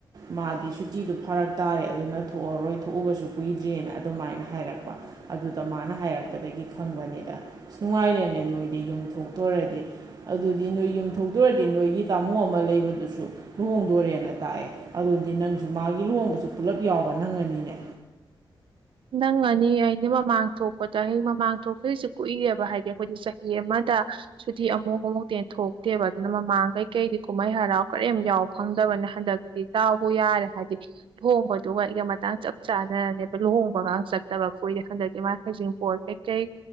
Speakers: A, on the right (about 50°); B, on the right (about 80°).
A: ꯃꯥꯗꯤ ꯁꯨꯇꯤꯗꯨ ꯐꯔꯛ ꯇꯥꯔꯦ ꯑꯗꯨꯅ ꯊꯣꯛꯑꯔꯣꯏ ꯊꯣꯛꯎꯕꯁꯨ ꯀꯨꯏꯗ꯭ꯔꯦꯅ ꯑꯗꯨꯃꯥꯏꯅ ꯍꯥꯏꯔꯛꯄ ꯑꯗꯨꯗ ꯃꯥꯅ ꯍꯥꯏꯔꯛꯄꯗꯒꯤ ꯈꯪꯕꯅꯤꯗ ꯑꯁ ꯅꯨꯡꯉꯥꯏꯔꯦꯅꯦ ꯅꯣꯏꯗꯤ ꯌꯨꯝ ꯊꯣꯛꯇꯣꯔꯗꯤ ꯑꯗꯨꯗꯤ ꯅꯣꯏ ꯌꯨꯝ ꯊꯣꯛꯇꯣꯔꯗꯤ ꯅꯣꯏꯒꯤ ꯇꯥꯃꯣ ꯑꯃ ꯂꯩꯕꯗꯨꯁꯨ ꯂꯨꯍꯣꯡꯗꯣꯔꯦꯅ ꯇꯥꯛꯑꯦ ꯑꯗꯨ ꯑꯣꯏꯗꯤ ꯅꯪꯁꯨ ꯃꯥꯒꯤ ꯂꯨꯍꯣꯡꯕꯁꯨ ꯄꯨꯂꯞ ꯌꯥꯎꯕ ꯅꯪꯉꯅꯤꯅꯦ
B: ꯅꯪꯉꯅꯤ ꯑꯩꯗꯤ ꯃꯃꯥꯡ ꯊꯣꯛꯄꯗ ꯑꯩ ꯃꯃꯥꯡ ꯊꯣꯛꯈꯔꯤꯁꯦ ꯀꯨꯏꯑꯦꯕ ꯍꯥꯏꯗꯤ ꯑꯈꯣꯏꯗꯤ ꯆꯍꯤ ꯑꯃꯗ ꯁꯨꯇꯤ ꯑꯃꯨꯛ ꯑꯃꯨꯛꯇꯩ ꯍꯦꯟꯅ ꯊꯣꯛꯇꯦꯕ ꯑꯗꯨꯅ ꯃꯃꯥꯡ ꯀꯩꯀꯩꯗꯤ ꯀꯨꯝꯍꯩ ꯍꯔꯥꯎ ꯀꯔꯤꯝ ꯌꯥꯎ ꯐꯪꯗꯕꯅ ꯍꯟꯗꯛꯇꯤ ꯗꯥꯎꯕꯨ ꯌꯥꯔꯦ ꯍꯥꯏꯕꯗꯤ ꯂꯨꯍꯣꯡꯕꯗꯨꯒ ꯑꯩꯒ ꯃꯇꯥꯡ ꯆꯞ ꯆꯥꯟꯅꯔꯅꯦꯕ ꯂꯨꯍꯣꯡ ꯄꯣꯒꯥꯝ ꯆꯠꯇꯕ ꯀꯨꯏꯔꯦ ꯍꯟꯗꯛꯇꯤ ꯃꯥ ꯍꯩꯖꯤꯡꯕꯣꯠ ꯀꯩꯀꯩ